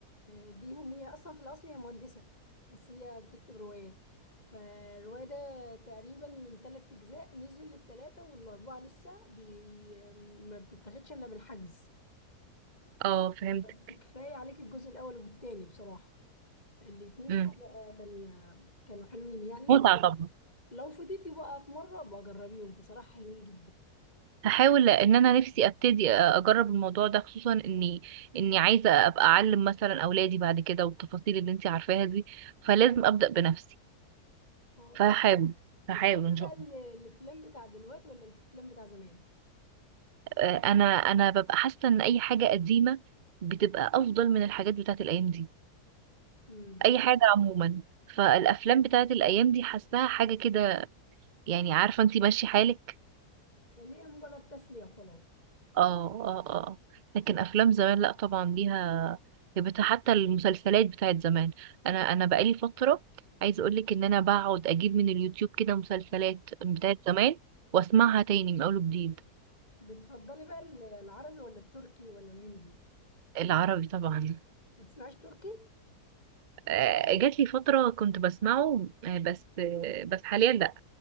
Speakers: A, on the left (about 25°); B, on the right (about 65°).
A: آه، دي هم هي أصلا في الأصل هي مهندسة بس هي بتكتب روايات فالرواية ده تقريبا من تلات أجزاء نزل التلاتة والأربعة لسه بي ما بتتاخدش إلا بالحجز
B: اه فهمتك
A: بس كفاية عليك الجزء الأول والتاني بصراحة الاتنين
B: امم
A: حاجة تانية كانوا حلوين يعني لو
B: متعة طبعا
A: لو فضيتي بقى في مرة بجربيهم بصراحة حلوين جدا
B: هحاول ان انا نفسي ابتدي اجرب الموضوع ده خصوصا اني اني عايزة ابقى اعلم مثلا اولادي بعد كده والتفاصيل اللي انتي عارفاها دي فلازم ابدأ بنفسي
A: اه
B: فهحاول
A: بتحب
B: هحاول ان
A: بقى
B: شاء الله
A: ال- الافلام بتاع دلوقتي ولا الافلام بتاع زمان
B: آه، انا انا ببقى حاسة ان اي حاجة قديمة بتبقى افضل من الحاجات بتاعت الايام دي
A: امم
B: اي حاجه عموما فالافلام بتاعت الايام دي حاساها حاجه كده يعني عارفه انتي ماشي حالك
A: اللي هي مجرد تسلية وخلاص
B: اه اه اه لكن افلام زمان لا طبعا ليها هيبتها. حتى المسلسلات بتاعت زمان انا انا بقالي فتره عايزه اقولك ان انا بقعد اجيب من اليوتيوب كده مسلسلات بتاعت زمان واسمعها تاني من اول وجديد
A: بتفضلي بقى ال- العربي ولا التركي ولا الهندي
B: العربي طبعا
A: ما بتسمعيش تركي
B: آه، جات لي فتره كنت بسمعه آه، بس آه، بس حاليا لا